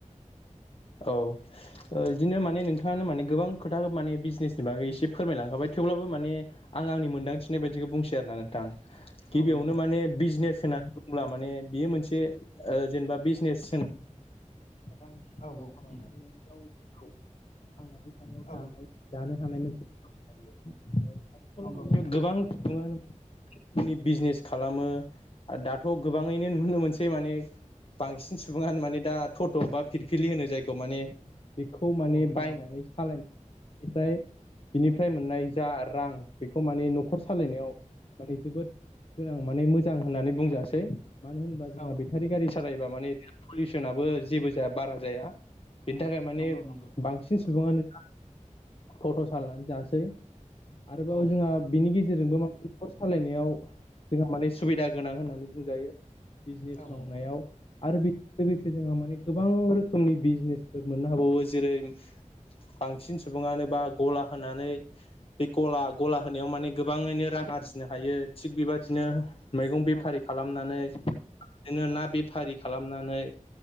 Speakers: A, on the left; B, on the left.
A: औ ओ बिदिनो माने नोंथाङानो माने गोबां खोथा माने बिजनेसनि बागै एसे फोरमायलांखाबाय थेवब्लाबो माने आं आंनि मोन्दांथिनाय बायदिखौ बुंसै आरोना नोंथां गिबियावनो
B: औ नोंथां
A: माने बिजनेस सोनानै दंब्ला माने बियो मोनसे ओ जेनेबा बिजनेस होनानै
B: औ
A: रां
B: औ
A: खामायनानै
B: नोंथां
A: माने गावनिखौ थांनानै थानायाव
B: औ
A: दानाय जानो हानाय मोनसे बियो आथिखालाव
B: नंगौ
A: माने
B: नोंथां
A: गोबां सुबुङानो नि बिजनेस खालामो दाथ' गोबाङैनो नुनो मोनसै माने बांसिन सुबुङानो माने दा थटट' बा फिरफिलि होनो जायखौ माने बेखौ
B: औ
A: माने
B: औ नंगौ
A: बायनानै सालायनाय निफ्राय बिनिफ्राय मोननाय जा रां बेखौ माने न'खर सालायनायाव माने जोबोद गोनां माने मोजां होननानै बुंजासै मानो होनबा जोंहा
B: औ
A: बेटारि
B: औ
A: गारि सालायोबा माने जों पलिउसनाबो जेबो जाया बारा जाया बेनि थाखाय माने
B: नंगौ नंगौ
A: बांसिन सुबुङानो फट' सालनानै जासै आरोबाव
B: औ
A: जोंहा बिनि गेजेरजोंबो न'खर सालायनायाव जोंहा माने सुबिदा गोनां होननानै बुंजायो बिजनेस
B: औ
A: मावनायाव आरो बेजों लोगोसे जोंहा माने गोबां रोखोमनि बिजनेसफोर मोननो हाबावो जेरै बांसिन सुबुंङानो बा गला होनानै बे गला गला होनायाव माने गोबाङैनो रां आरजिनो हायो थिग बेबादिनो मैगं
B: औ
A: बेफारि
B: औ नंगौ
A: खालामनानै बिदिनो ना बेफारि खालामनानै